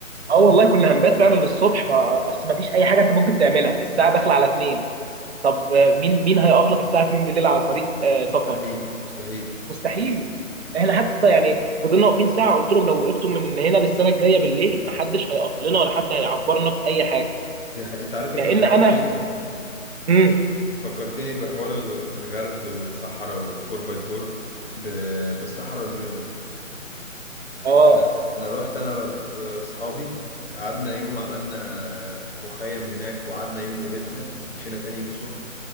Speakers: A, on the right; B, on the left.
A: اه والله كنا هنبات فعلا للصبح ما اصل ما فيش اي حاجه انت ممكن تعملها الساعه داخله على اتنين طب آه، مين مين هيقف لك الساعه 2 بالليل على طريق آه، سفر
B: مستحيل مستحيل
A: مستحيل احنا حتى يعني فضلنا واقفين ساعه قلت لهم لو وقفتوا من هنا للسنه الجايه بالليل محدش هيقف لنا ولا حد هيعبرنا باي حاجه
B: دي حقيقة. انت عارف انت
A: لان
B: فكرتني
A: انا امم
B: فكرتني بحوار ال- الغرز والصحراء والفور باي فور ب... بالصحراء البيضاء
A: اه
B: انا انا رحت انا واصحابي قعدنا يوم عملنا مخيم هناك وقعدنا يوم وبيتنا مشينا تاني يوم الصبح